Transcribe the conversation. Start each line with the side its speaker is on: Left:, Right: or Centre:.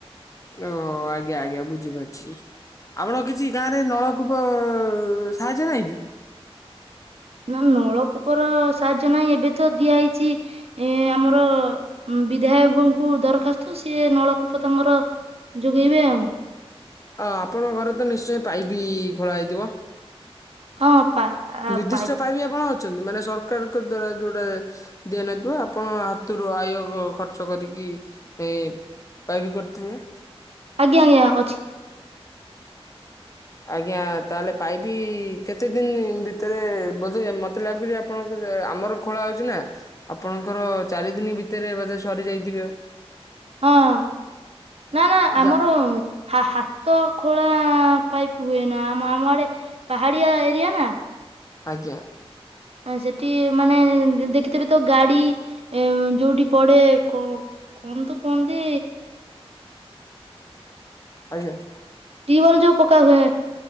Left: ଓ ଆଜ୍ଞା ଆଜ୍ଞା ବୁଝିପାରୁଛି। ଆପଣ କିଛି ଗାଁରେ ନଳକୂପ ସାହାଯ୍ୟ ନାହିଁ କି?
Right: ନା ନଳକୂପର ସାହାଯ୍ୟ ନାହିଁ ଏବେ ତ ଦିଆ ହେଇଛି। ଏ ଆମର ବିଧାୟକଙ୍କୁ ଦରଖାସ୍ତ ସିଏ ନଳକୂପ ତମର ଯୋଗେଇବେ ଆଉ।
Left: ଆପଣଙ୍କ ଘରେ ତ ନିଶ୍ଚୟ ପାଇପ୍ ବି ଖୋଳା ହେଇଥିବ।
Right: ହଁ ପା
Left: ନିର୍ଦ୍ଦିଷ୍ଟ
Right: ପାଇପ
Left: ପାଇପି ଆପଣ ଅଛନ୍ତି। ମାନେ ସରକାରଙ୍କ ଦ୍ଵାରା ଯୋଉଟା ଦେନଥିବ ଆପଣ ହାତରୁ ଆୟ ଖର୍ଚ୍ଚ କରିକି ଏ ପାଇପି କରିଥିବେ।
Right: ଆଜ୍ଞା ଆଜ୍ଞା ଅଛି।
Left: ଆଜ୍ଞା ତାହେଲେ ପାଇବି କେତେ ଦିନ ଭିତରେ ବୋଧ ମତେ ମତେ ଲାଗୁଛି ଆପଣଙ୍କ ଆମର ଖୋଳା ହଉଛି ନା। ଆପଣଙ୍କର ଚାରି ଦିନି ଭିତରେ ବୋଧେ ସରି ଯାଇଥିବେ।
Right: ହଁ ନା ନା
Left: ଯା
Right: ଆମର ହ ହାତ ଖୋଳା ପାଇପ୍ ହୁଏନା ଆମ ଆମ ଆଡେ ପାହାଡିଆ ଏରିଆ ନା
Left: ଆଜ୍ଞା।
Right: ସେଠି ମାନେ ଦେଖିଥିବେ ତ ଗାଡି ଯୋଉଠି ପଡେ। କୁହନ୍ତୁ କୁହନ୍ତି
Left: ଆଜ୍ଞା।
Right: ଟିୱାଲ ଯୋଉ ପକା ହୁଏ।